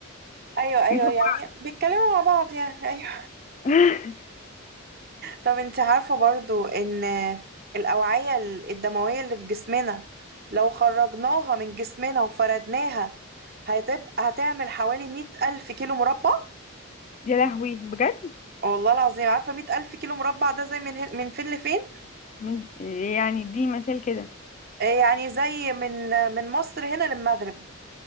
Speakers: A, on the right (about 45°); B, on the left (about 35°).
A: ايوه ايوه
B: بيفكر
A: يعني بيتكلموا مع بعض يعني <laughs> ايوه
B: <laughs>
A: طب انت عارفة برضو ان الاوعية الدموية اللي في جسمنا لو خرجناها من جسمنا وفردناها هتبقى هتعمل حوالي مية ألف كيلو مربع
B: يا لهوي بجد
A: والله العظيم عارفة مية ألف كيلو مربع ده زي من هن... من فين لفين
B: من يعني دي مثال كده
A: آه، يعني زي من من مصر هنا للمغرب